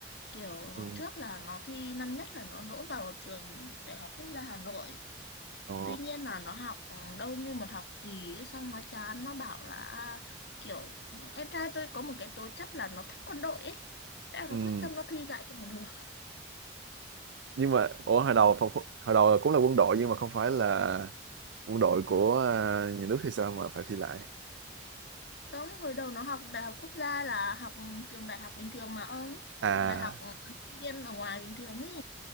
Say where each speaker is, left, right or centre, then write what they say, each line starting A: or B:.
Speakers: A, on the left; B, on the right.
A: kiểu
B: Ừ.
A: trước là nó thi năm nhất là nó đỗ vào trường Đại học Quốc gia Hà Nội
B: Ờ.
A: tuy nhiên là nó học ừ, đâu như một học kỳ ấy, xong nó chán nó bảo là à, kiểu ừ, em trai tôi có một cái tố chất là nó thích quân đội ấy thế là
B: Ừ.
A: nó quyết tâm nó thi lại cho bằng được
B: Nhưng mà ủa hồi đầu phòng, phòng- hồi đầu cũng là quân đội nhưng mà không phải là quân đội của à, nhà nước hay sao mà phải thi lại
A: đúng hồi đầu nó học Đại học Quốc gia là học trường đại học bình thường mà ông
B: à
A: trường đại học ừ, sinh viên ở ngoài bình thường ấy